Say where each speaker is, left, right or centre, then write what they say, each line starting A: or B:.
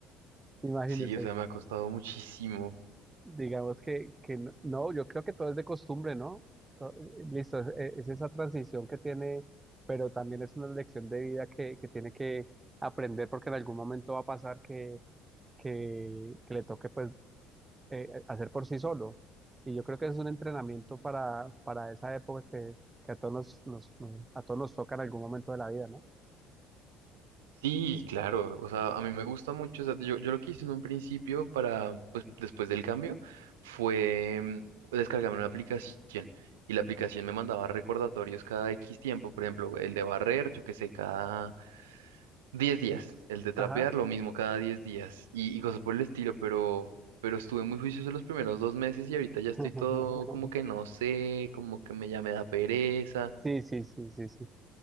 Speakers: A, on the right; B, on the right.
A: Imagínense.
B: Sí, o sea, me ha costado muchísimo.
A: Digamos que, que no, no, yo creo que todo es de costumbre, ¿no? To- eh, Listo, es, eh, es esa transición que tiene, pero también es una lección de vida que, que tiene que aprender porque en algún momento va a pasar que, que, que le toque pues eh, eh, hacer por sí solo. Y yo creo que es un entrenamiento para, para esa época que, que a todos nos, nos- nos- a todos nos toca en algún momento de la vida, ¿no?
B: Sí, claro, o sea, a mí me gusta mucho, o sea, yo, yo lo que hice en un principio para, pues después del cambio, fue mm, descargarme una aplicación y la aplicación me mandaba recordatorios cada X tiempo, por ejemplo, el de barrer, yo qué sé, cada 10 días, el de trapear,
A: Ajá.
B: lo mismo cada 10 días y, y cosas por el estilo, pero, pero estuve muy juicioso los primeros dos meses y ahorita ya
A: <laughs>
B: estoy todo como que no sé, como que me, ya me da pereza
A: Sí, sí, sí, sí, sí.